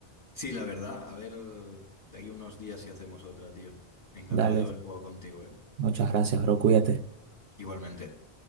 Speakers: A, on the left; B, on the right.
A: Sí, la verdad. A ver, de aquí unos días si hacemos otra, tío. Encantado
B: Dale,
A: de haber jugado contigo, ¿eh?
B: muchas gracias, bro, cuídate.
A: Igualmente.